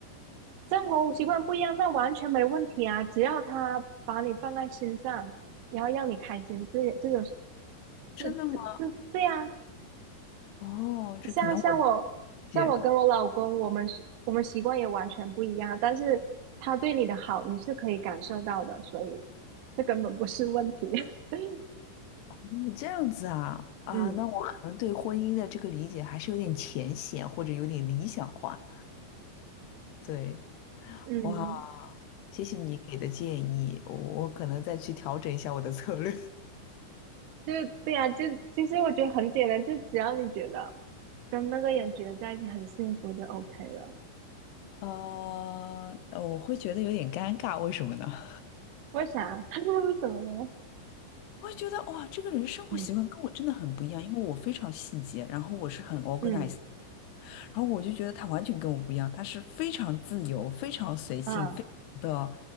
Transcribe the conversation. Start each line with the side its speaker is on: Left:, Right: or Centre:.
Right: 生活习惯不一样，那完全没问题啊，只要他把你放在心上，然后让你开心，这也这有这
Left: 真的吗？
Right: 这这对啊，
Left: 哦，这可能我理
Right: 像像我像我跟我老公，
Left: 解了。
Right: 我们是我们习惯也完全不一样，但是他对你的好你是可以感受到的，所以这根本不是问题。<laughs>
Left: 嗯，这样子啊啊，
Right: 嗯
Left: 那我可能对婚姻的这个理解还是有点浅显，或者有点理想化。对，
Right: 嗯，
Left: 哇，谢谢你给的建议，我我可能再去调整一下我的策略。
Right: 就对呀、就其实我觉得很简单，就只要你觉得跟那个人觉得在一起很幸福就 OK 了。
Left: <laughs> 呃，呃我会觉得有点尴尬，为什么呢？<laughs>
Right: 为啥？<laughs> 为什么呢？
Left: 我会觉得哇，这个人生活习惯跟我真的很不一样，
Right: 嗯
Left: 因为我非常细节，然后我是很 organized，
Right: 嗯
Left: 然后我就觉得他完全跟我不一样，他是非常自由、非常随性、
Right: 啊
Left: 非常的，